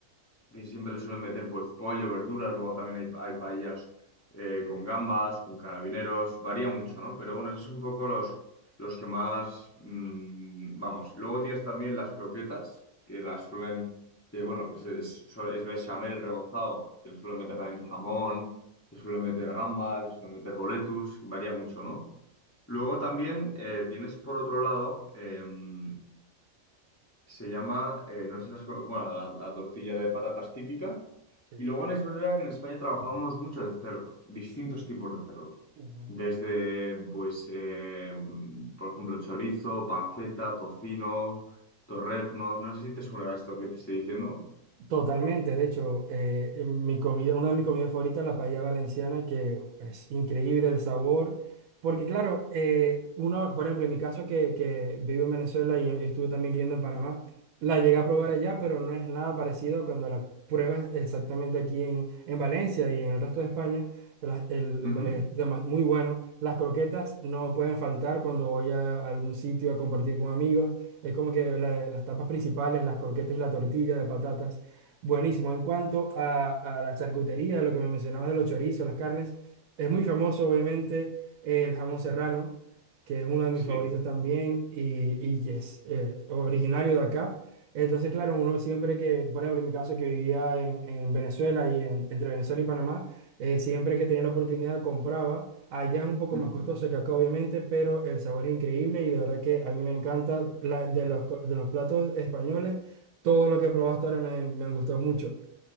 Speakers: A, on the left; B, on the right.
A: que siempre le suelen meter pues pollo, verduras, luego también hay, hay paellas eh, con gambas, con carabineros, varía mucho, ¿no? Pero bueno, esos son un poco los, los que más, mm, vamos, luego tienes también las croquetas, que las suelen, que bueno, es, es, so- es bechamel rebozado, que le suelen meter también jamón, le suelen meter gambas, le suelen meter boletus, varía mucho, ¿no? Luego también eh, tienes por otro lado, em, se llama, eh, no sé si las, bueno, la la tortilla de patatas típica,
B: Sí.
A: y luego es verdad que en España trabajamos mucho de cerdo, distintos tipos de cerdo.
B: Ujú.
A: Desde, pues, eh, por ejemplo, chorizo, panceta, tocino, torreznos. No sé si te suena esto que te estoy diciendo.
B: Totalmente, de hecho, eh, en mi comida, una de mis comidas favoritas es la paella valenciana, que es increíble el sabor, porque claro, eh, uno, por ejemplo, en mi caso que, que vivo en Venezuela y estuve también viviendo en Panamá, la llegué a probar allá, pero no es nada parecido a cuando la pruebas exactamente aquí en, en Valencia y en el resto de España, la- el-
A: Ujú,
B: la- es dema- muy bueno. Las croquetas no pueden faltar cuando voy a algún sitio a compartir con amigos, es como que la- las tapas principales, las croquetas y la tortilla de patatas. Buenísimo. En cuanto a, a la charcutería, lo que me mencionabas de los chorizos, las carnes, es muy famoso, obviamente, el jamón serrano, que es uno de mis
A: Sí.
B: favoritos también y, y es eh, originario de acá. Entonces, claro, uno siempre que, por ejemplo, en mi caso que vivía en, en Venezuela y en- entre Venezuela y Panamá, eh, siempre que tenía la oportunidad compraba. Allá es un poco
A: ujú,
B: más costoso que acá, obviamente, pero el sabor es increíble y de verdad que a mí me encanta la- de los, co- de los platos españoles. Todo lo que probaste ahora me, me han gustado mucho,